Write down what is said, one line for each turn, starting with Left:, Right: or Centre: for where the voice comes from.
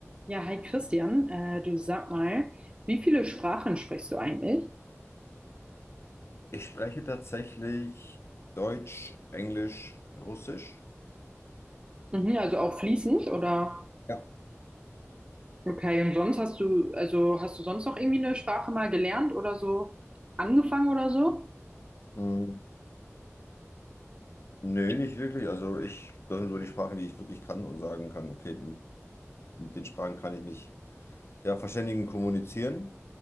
Right: Ja, hi Christian, äh, du sag mal, wie viele Sprachen sprichst du eigentlich?
Left: Ich spreche tatsächlich Deutsch, Englisch, Russisch.
Right: Mhm, also auch fließend oder?
Left: Ja.
Right: Okay, und sonst hast du, also hast du sonst noch irgendwie eine Sprache mal gelernt oder so angefangen oder so?
Left: Hm, nö, nicht wirklich. Also ich, das sind so die Sprachen, die ich wirklich kann und sagen kann, okay, mit, mit den Sprachen kann ich mich ja verständigen, kommunizieren.